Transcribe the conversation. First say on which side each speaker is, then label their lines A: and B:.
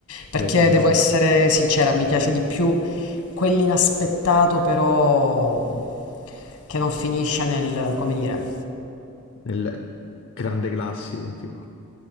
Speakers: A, on the left (about 75°); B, on the left (about 55°).
A: perché
B: vero, vero,
A: devo
B: vero.
A: essere sincera, mi piace di più quell'inaspettato però che non finisce nel come dire
B: nel grande classico, tipo,